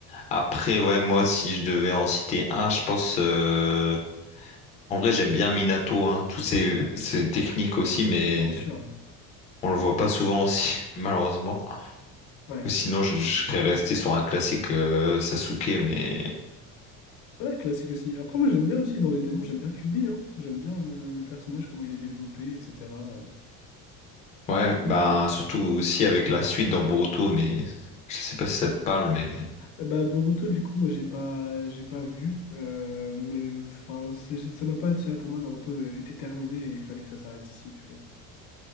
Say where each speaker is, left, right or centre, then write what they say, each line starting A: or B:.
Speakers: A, on the left (about 20°); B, on the left (about 85°).
A: Après, ouais, moi, si je devais en citer un, je pense. euh, En vrai, j'aime bien Minato, hein, tous ses, ses techniques aussi, mais
B: Bien sûr.
A: on le voit pas souvent aussi, <laughs> malheureusement.
B: Ouais.
A: Ou sinon, je, je serais resté sur un classique euh, Sasuke, mais
B: Ouais, classique aussi. Après, moi, j'aime bien aussi dans les démons, j'aime bien Kyuubi, hein. J'aime bien le, le personnage, comment il est développé, etc. Euh,
A: ouais, ben
B: Enfin, je-
A: surtout aussi avec la suite dans Boruto, mais je sais pas si ça te parle, mais.
B: Euh, bah, Boruto, du coup, moi, j'ai pas, j'ai pas vu, euh, mais euh, enfin, c'est- ça m'a pas attiré. Pour moi, Naruto euh, était terminé et il fallait que ça s'arrête ici, tu vois.